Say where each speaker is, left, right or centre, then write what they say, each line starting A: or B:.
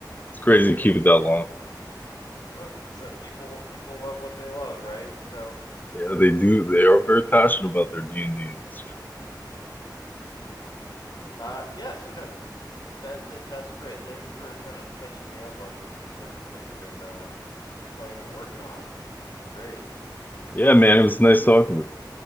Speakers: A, on the left; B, on the left.
A: It's crazy
B: Yeah.
A: to keep it that long.
B: Uh, so people people love what they love, right? So
A: Yeah, they do. They are very passionate about their D and D. That's true.
B: uh, yeah. So no. That, that that's great. Thanks for kind of catching me up on everything that you've been uh, playing and working on. This has been great.
A: Yeah, man, it was nice talking with